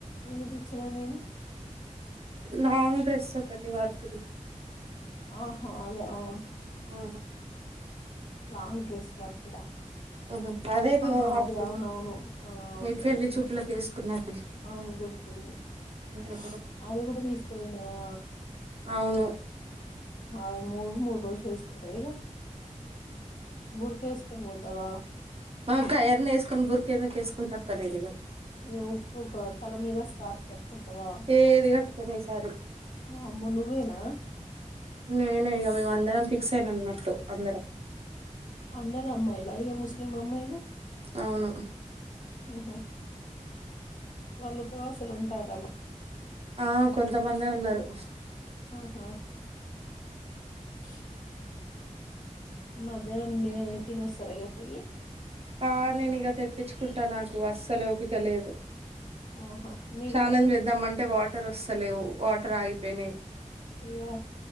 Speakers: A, on the left (about 80°); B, on the right (about 50°).
A: ఏది ఇచ్చినా నేను
B: లాంగ్ డ్రెస్ ఒకటి వర్క్ ది
A: ఆహా అదే ఆ
B: ఉ
A: లాంగ్ డ్రెస్ వర్క్ దా
B: ఉమ్ అదే నువ్వు
A: ఆహా
B: అప్పుడు
A: అది అవునవును ఆ ఓకే
B: మీ పెళ్లి
A: ఓకే
B: చూపులకు వేసుకున్నది
A: అవును గుర్తుంది
B: ఉమ్
A: షు అది కూడా తీసుకోయినావా.
B: అవును
A: అ మూడు మూడు రోజులు వేసుకుంటారు ఇక. బురక వేసుకొని పోతావా
B: ఆ ఆకాయన్న వేసుకొని బుర్కక వేసుకు టక్కరేదిగా
A: ఇక ఒక్కొక్క తల మీద స్కార్ఫ్ కట్టుకుంటావా
B: ఏది కట్టుకుని సారి
A: అమ్మో నువ్వేనా
B: నేనె ఇగ పొ అందరం పి సేన్ అన్నట్టు అందరం
A: అందర అమ్మాయిలా ఇక ముస్లిం అమ్మాయిలు
B: అవును
A: ఉహ వాళ్ళు ఉపవాసలు ఉంటారు.
B: ఆ కొంతమందే ఉన్నారు.
A: ఆ స్ మధ్యాహ్నం నే తినోస్తాను ఇగా పోయి
B: ఆ నేను ఇక తెప్పించుకుంటా నాకు అస్సలు ఓపిక లేదు.
A: ఆహా మీ
B: స్నానం
A: రూమ్ నుంచి
B: చేద్దాం అంటే వాటర్ వస్తలేవు వా రాగిపోయినాయి.
A: అయ్యో